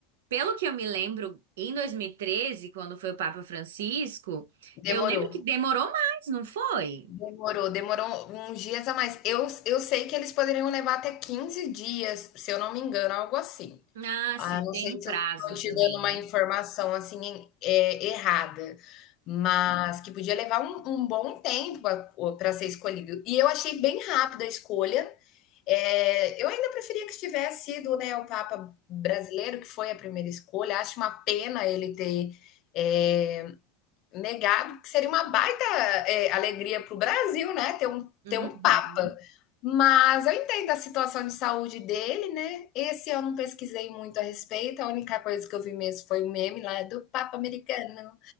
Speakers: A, on the right; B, on the left.
A: Pelo que eu me lembro, em 2013, quando foi o Papa Francisco, eu
B: Demorou.
A: lembro que demorou mais, não foi?
B: Demorou, demorou uns dias a mais. Eu, eu sei que eles poderiam levar até 15 dias, se eu não me engano, algo assim.
A: Ah,
B: Ah,
A: sim,
B: não
A: tem
B: sei
A: um
B: se
A: prazo
B: eu estou te
A: também,
B: dando uma
A: né?
B: informação assim é, errada, mas que podia levar um, um bom tempo para ser escolhido. E eu achei bem rápida a escolha. É, eu ainda preferia que tivesse sido, né, o Papa brasileiro, que foi a primeira escolha. Acho uma pena ele ter é, negado, que seria uma baita é, alegria para o Brasil, né, ter um,
A: Uhum.
B: ter um Papa. Mas eu entendo a situação de saúde dele, né? Esse eu não pesquisei muito a respeito. A única coisa que eu vi mesmo foi um meme lá do Papa americano.